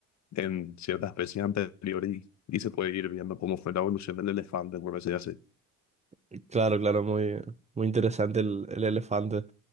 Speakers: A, on the left (about 50°); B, on the right (about 20°).
A: en ciertas especies anteriores y, y se puede ir viendo cómo fue la evolución del elefante, por decir así.
B: ya. Claro, claro, muy, muy interesante el, el elefante.